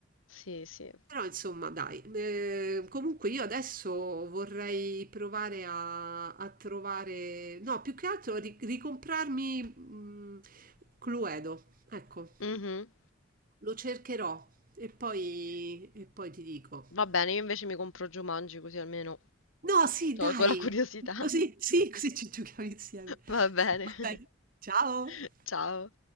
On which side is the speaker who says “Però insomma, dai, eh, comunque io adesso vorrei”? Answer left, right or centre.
Right